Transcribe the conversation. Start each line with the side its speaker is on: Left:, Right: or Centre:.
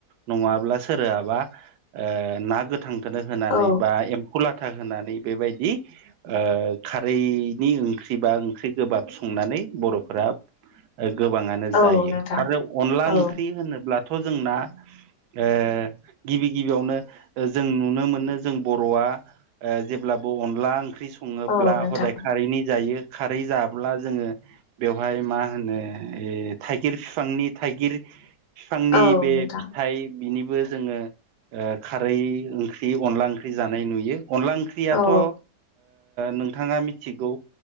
Right: नङाब्ला सोरोआबा ओ ना गोथांखौनो होनानै
Left: औ
Right: बा एम फौ लाथा होनानै बेबायदि ओ खारैनि ओंख्रि बा ओंख्रि गोबाब सं नानै बर'फोरा ओ गोबांङानो
Left: औ
Right: जायो
Left: नोंथां
Right: आरो अनला
Left: औ
Right: ओंख्रि होनोब्लाथ' जोंना ओ गिबि गिबियावनो जों नुनो मोनो जों बर'आ ओ जेब्लाबो अनला ओंख्रि संङोब्ला
Left: औ नोंथां
Right: हदाय खारैनि जायो। खारै जाब्ला जोंङो बेवहाय मा होनो ए थाइगिर फिफांनि थाइगिर फिफांनि
Left: औ
Right: बे
Left: नोंथां
Right: फिथाइ बिनिबो जोंङो ओ खारै ओंख्रि अनला ओंख्रि जानाय नुयो। अनला ओंख्रियाथ'
Left: औ
Right: ओ नोंथांङा मिथिगौ